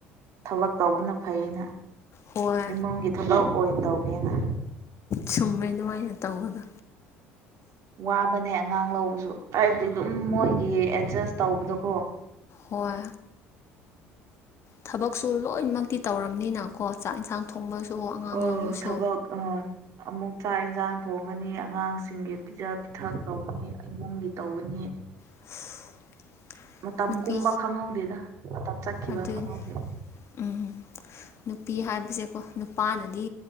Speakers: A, on the right; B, on the left.
A: ꯊꯕꯛ ꯇꯧꯕꯅ ꯐꯩꯩꯅ
B: ꯍꯣꯏ
A: ꯏꯃꯨꯡꯒꯤ ꯊꯕꯛ ꯑꯣꯏꯅ ꯇꯧꯒꯦꯅ
B: ꯁꯨꯝꯃꯦꯩ ꯑꯗꯨꯃꯥꯏꯅ ꯇꯧꯕꯗꯣ
A: ꯋꯥꯕꯅꯦ ꯑꯉꯥꯡ ꯂꯧꯕꯁꯨ ꯍꯥꯏꯕꯗꯤ ꯑꯗꯨꯝ ꯃꯣꯏꯒꯤ ꯑꯦꯠꯖꯁ ꯇꯧꯕꯗꯀꯣ
B: ꯍꯣꯏ ꯑ ꯊꯕꯛꯁꯨ ꯂꯣꯏꯅꯃꯛꯇꯤ ꯇꯧꯔꯕꯝꯅꯤꯅꯀꯣ ꯆꯥꯛ ꯏꯟꯁꯥꯡ ꯊꯣꯡꯕꯁꯨ ꯑꯉꯥꯡ
A: ꯑꯣ
B: ꯂꯧꯕꯁꯨ
A: ꯊꯕꯛ ꯑ ꯑꯃꯨꯛ ꯆꯥꯛ ꯌꯦꯟꯁꯥꯡ ꯊꯣꯡꯒꯅꯤ ꯑꯉꯥꯡꯁꯤꯡꯒꯤ ꯄꯤꯖ ꯄꯤꯊꯛ ꯇꯧꯅꯤ ꯏꯃꯨꯡꯒꯤ ꯇꯧꯒꯅꯤ
B: <inaudible>
A: ꯃꯇꯝ
B: ꯅꯨꯄꯤ
A: ꯀꯨꯝꯕ ꯈꯪꯍꯧꯗꯦꯗ ꯃꯇꯝ ꯆꯠꯈꯤꯕ
B: ꯑꯗꯨꯅꯤ
A: ꯈꯪꯍꯧꯗꯦꯗ
B: ꯎꯝ ꯅꯨꯄꯤ ꯍꯥꯏꯕꯁꯦꯀꯣ ꯅꯨꯄꯥꯅꯗꯤ